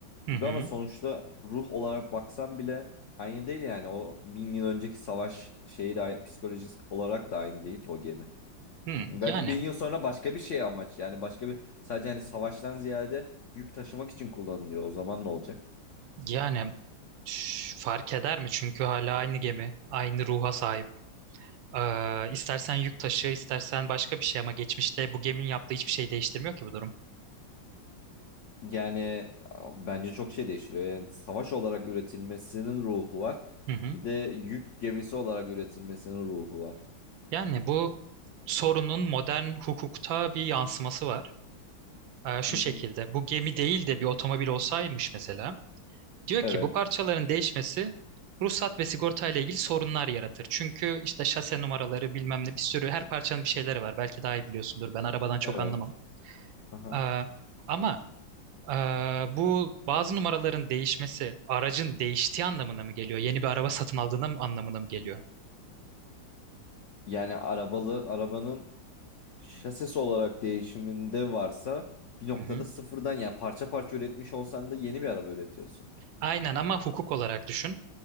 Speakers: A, on the right; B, on the left.
A: Hı
B: gibi
A: hı.
B: ama sonuçta ruh olarak baksan bile aynı değil yani o bin yıl önceki savaş şeyi de aynı- psikolojik olarak da aynı değil ki o gemi.
A: Hı.
B: Belki
A: Yani
B: bin yıl sonra başka bir şey amaç yani başka bir sadece hani savaştan ziyade yük taşımak için kullanılıyor. O zaman ne olacak?
A: yani ş- fark eder mi? Çünkü hala aynı gemi, aynı ruha sahip. Ee, istersen yük taşı, istersen başka bir şey ama geçmişte bu geminin yaptığı hiçbir şey değiştirmiyor ki bu durum.
B: Yani a- bence çok şey değiştiriyor. Yani savaş olarak üretilmesinin ruhu var.
A: Hı hı.
B: Bir de yük gemisi olarak üretilmesinin ruhu var.
A: Yani bu sorunun modern hukukta bir yansıması var. Ee, şu
B: Hı
A: şekilde
B: hı.
A: bu gemi değil de bir otomobil olsaymış mesela. Diyor
B: Evet.
A: ki bu parçaların değişmesi ruhsat ve sigorta ile ilgili sorunlar yaratır. Çünkü işte şase numaraları bilmem ne bir sürü her parçanın bir şeyleri var. Belki daha iyi biliyorsundur. Ben arabadan çok
B: Evet.
A: anlamam.
B: Aha.
A: Ee, ama ee, bu bazı numaraların değişmesi aracın değiştiği anlamına mı geliyor? Yeni bir araba satın aldığına mı anlamına mı geliyor?
B: Yani arabalı arabanın şasisi olarak değişiminde varsa bir noktada
A: Hı hı.
B: sıfırdan yani parça parça üretmiş olsan da yeni bir araba üretiyorsun.
A: Aynen ama hukuk olarak düşün.